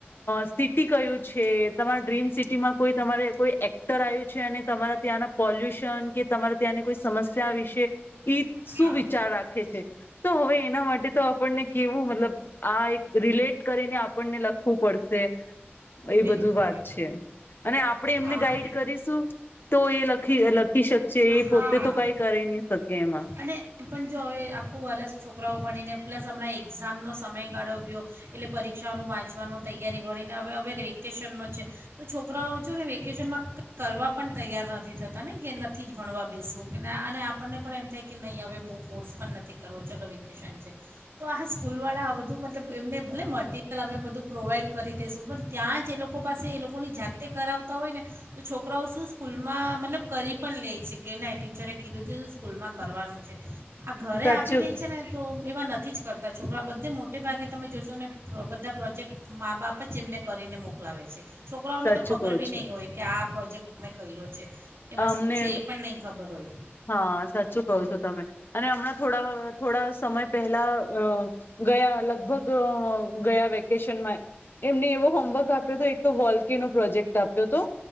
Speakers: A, on the left; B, on the right.
A: સ કયુ છે? તમારા ડ્રીમ સિટીમાં કોઈ તમારે કોઈ એક્ટર આવ્યું છે. અને તમારા ત્યાંના પોલ્યુશન ત્યાંની કોઈ સમસ્યા વિશે? ઈ
B: હા
A: શું વિચાર રાખે છે? તો હવે એના માટે તો આપણને કેવું મતલબ આ એક રિલેટ કરીને આપણને લખવું પડશે, એ
B: બિલકુલ
A: બધું વાત છે. અને આપણે એમને
B: હા
A: ગાઈડ કરીશું તો એ લખી, લખી શકશે. એ
B: હા
A: પોતે તો કઈ કરી ની શકે એમાં.
B: અને એમ પણ જો હવે આખું વરસ છોકરાઓ ભણીને, પ્લસ હણાં એક્ઝામનો સમય ગાળો ગયો. એટલે પરીક્ષાઓનું વાંચવાનું, તૈયારી ભણીને હવે હવે વેકેશનનો છે. તો છોકરાઓ છું ને વેકેશનમાં <inaudible> કરવા પણ તૈયાર નથી થતા ને કે. નથી જ ભણવા બેસવું કે અને આપણને પણ એમ થાય કે નહીં હવે બહુ ફર્સ પણ નથી કરવો ચલો વેકેશન છે. તો આ સ્કૂલવાળા આ બધું મતલબ એમને ભલે મટીરિયલ અમે બધું પ્રોવાઈડ કરી દઈશું. પણ ત્યાં જ એ લોકો પાસે એ લોકોની જાતે કરાવતા હોય ને તો છોકરાઓ શું સ્કૂલમાં મતલબ કરી પણ લે છે. કે ના ટીચરે કીધું છે સ્કૂલમાં કરવાનું છે. આ ઘરે
A: સાચું
B: આપી દે છે ને તો, એવા નથી જ કરતા છોકરા. બધે મોટે ભાગે તમે જોશો. ને બધા પ્રોજેક્ટ મા બાપ જ એમને કરીને મોકલાવે છે. છોકરાઓને
A: સાચું
B: તો ખબર
A: કહો
B: બી
A: છો
B: નહીં હોય કે આ પ્રોજેક્ટ તમે કર્યો છે. એમાં
A: અમને
B: શું છે. એ પણ નહીં ખબર હોય.
A: હા, સાચું કહો છો તમે. અને હમણાં થોડા, થોડા સમય પહેલા, ગયા લગભગ અ ગયા વેકેશન માં એમને એવો હોમવર્ક આપ્યો તો, એક તો વોલ્કીનો પ્રોજેક્ટ આપ્યો તો